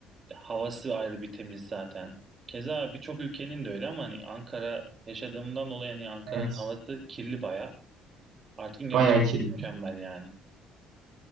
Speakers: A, on the right; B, on the right.
A: Havası ayrı bir temiz zaten. Keza birçok ülkenin de öyle ama hani Ankara yaşadığımdan dolayı hani Ankara'nın
B: Evet,
A: havası kirli baya. Artvin gerçekten
B: bayağı kirlendi.
A: mükemmel yani.